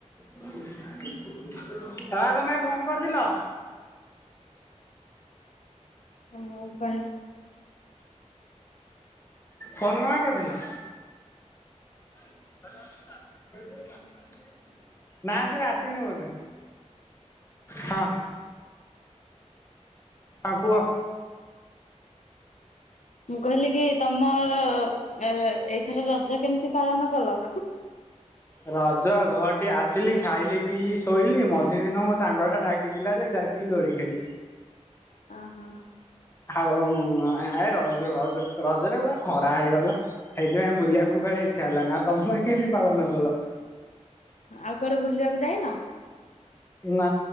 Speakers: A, on the left (about 20°); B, on the left (about 75°).
A: ତା କଣ ପାଇଁ ଫୋନ କରିଥିଲ?
B: ମୁଁ କହିଲି
A: ଫୋନ କଣ ପାଇଁ କରିଥିଲ? <inaudible> ନା ସେ ଆସିନି ବୋଧେ ହଁ। ହଁ କୁହ।
B: ମୁଁ କହିଲି କି ତମ ଏଇଥର ରଜ କେମିତି ପାଳନ କଲ?
A: ରଜ ଘହଟି ଆସିଲି ଖାଇଲି ପିଇଲି ଶୋଇଲି ମଝି ଦିନ ମୋ ସାଙ୍ଗଟା ଡାକିଥିଲା ଯେ ଯାଇଥିଲି ଦୋଳି ଖେଳି
B: <unintelligible>
A: ଆଉ ଏ ରଜ ରଜ ରଜରେ ପା ଖରା ହେଇଗଲା। ସେଇଥିପାଇଁ ବୁଲିବାକୁ କୁଆଡେ ଇଚ୍ଛା ହେଲା ନା ଆ ତମେ କେମିତି ପାଳନ କଲ।
B: ଆଉ କୁଆଡେ ବୁଲିବାକୁ ଯାଇନ?
A: ନା